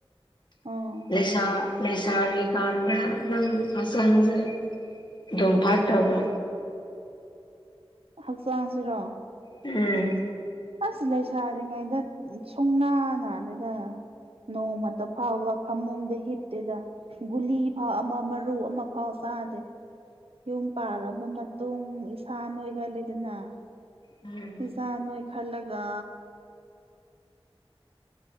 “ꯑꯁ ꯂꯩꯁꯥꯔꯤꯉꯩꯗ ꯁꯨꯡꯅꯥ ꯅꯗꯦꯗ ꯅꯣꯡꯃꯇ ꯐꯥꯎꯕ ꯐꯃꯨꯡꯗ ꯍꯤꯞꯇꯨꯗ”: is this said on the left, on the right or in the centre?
Right